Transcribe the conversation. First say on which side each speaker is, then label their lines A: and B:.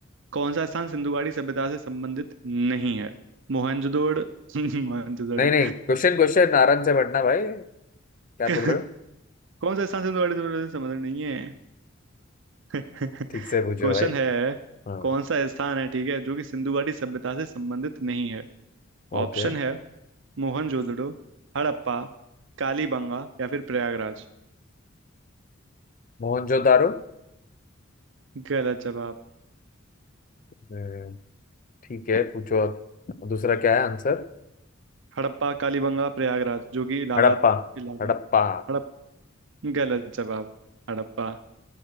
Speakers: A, on the right; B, on the left.
A: कौन सा स्थान सिंधुगाड़ी सभ्यता से संबंधित नहीं है मोहनजोदड़ो <laughs> मोहनजोदड़ो
B: नहीं नहीं क्वेश्चन क्वेश्चन आराम से पढ़ना भाई क्या
A: <laughs>
B: बोल रहे हो
A: कौन सा स्थान सिंधुगाड़ी सभ्यता से संबंधित नहीं है <laughs>
B: <laughs> ठीक से पूछो
A: क्वेश्चन
B: भाई
A: है
B: हाँ
A: कौन सा स्थान है ठीक है जो कि सिंधुगाड़ी सभ्यता से संबंधित नहीं है
B: ओके
A: ऑप्शन है मोहनजोदड़ो हड़प्पा कालीबंगा या फिर प्रयागराज
B: मोहनजोदारो
A: गलत जवाब
B: अ, ठीक है पूछो अब दूसरा क्या है आंसर
A: हड़प्पा कालीबंगा प्रयागराज जो कि इलाहाबाद
B: हड़प्पा
A: इलाहाबाद
B: हड़प्पा
A: हड़प गलत जवाब हड़प्पा